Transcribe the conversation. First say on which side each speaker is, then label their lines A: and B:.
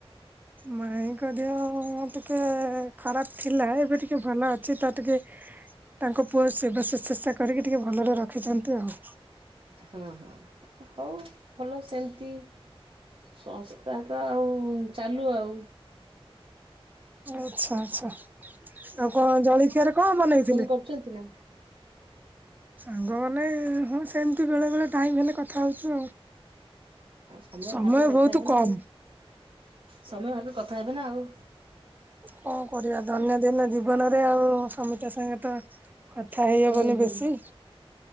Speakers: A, on the right; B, on the right.
A: ମାଇଁଙ୍କ ଦେହ ଟିକେ ଖରାପ ଥିଲା ଏବେ ଟିକେ ଭଲ ଅଛି ତ ଟିକେ ତାଙ୍କ ପୁଅ ସେବା ଶୁସଶା କରିକି ଟିକେ ଭଲରେ ରଖିଛନ୍ତି ଆଉ।
B: ହୁଁ ହୁଁ ହୋଉ ଭଲ ସେମିତି। ସଂସ୍ଥାତ ଆଉ ଚାଲୁ ଆଉ।
A: ଆଛା ଆଚ୍ଛା ଆଉ କଁ ଜଳିଖିଆରେ କଁ ବନେଇଥିଲେ।
B: କରୁଚନ୍ତି ନା?
A: ସାଙ୍ଗମାନେ ହଁ ସେମ୍ତି ବେଳେ ବେଳେ ଟାଇମ୍ ହେଲେ କଥା ହୋଉଚୁ ଆଉ।
B: ଆଉ
A: ସମୟ
B: ବାହାର କରି କଥା
A: ଭୋଉତ୍
B: ହେବେ
A: କମ୍।
B: ନା ଆଉ ସମୟ ଭାବେ କଥା ହେବେ ନା ଆଉ।
A: କଣ କରିବା ଦୈନନ୍ଦିନ ଜୀବନରେ ଆଉ ସମି ସ୍ତିଙ୍କ କା ସାଙ୍ଗରେ ତ କଥା ହେଇ ହବନି
B: ହୁଁ ହୁଁ।
A: ବେଶୀ